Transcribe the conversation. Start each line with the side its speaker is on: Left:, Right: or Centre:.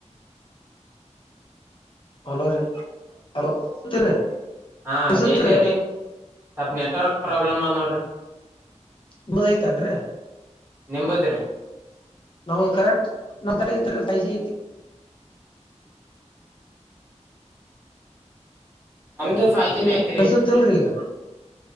Left: ಹಲೋ ರೀ ಹಲೋ <unintelligible>
Right: ಹಾ
Left: ಕೇಳಸತ್ರಿ
Right: ಎಲ್ಲಿವ್ರಿ ಸ್ವಲ್ ನೆಟ್ವರ್ಕ್ ಪ್ರಾಬ್ಲಮ್ ಅದ ನೋಡ್ರಿ.
Left: ನಿಂಬದ ಆಯಿತೇನ್ರಿ.
Right: ನಿಂಬದ್ರಿ.
Left: ನಾವು ಕರೆಕ್ಟ್ ನಮ್ ಕಡೆ ಐತ್ರಿ ಫೈವ್ ಜಿ ಐತಿ.
Right: ನಮ್ದು ಫೈವ ಜಿ ನ ಐತ್ ರೀ.
Left: ಕೆಳ್ಸತ್ತಲ್ರಿ ಈಗ